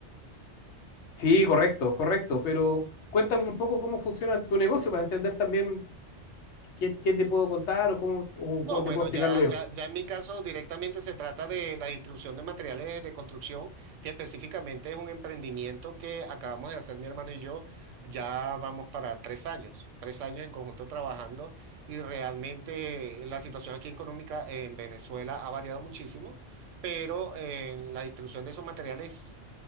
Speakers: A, on the left (about 70°); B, on the right (about 85°).
A: Sí, correcto, correcto, pero cuéntame un poco cómo funciona tu negocio para entender también qué, qué te puedo contar o cómo, o
B: No,
A: cómo
B: bueno,
A: te puedo explicar
B: ya,
A: lo mío.
B: ya, ya en mi caso directamente se trata de la distribución de materiales de construcción, que específicamente es un emprendimiento que acabamos de hacer mi hermano y yo. Ya vamos para tres años, tres años en conjunto trabajando y realmente la situación aquí económica en Venezuela ha variado muchísimo, pero eh, la distribución de esos materiales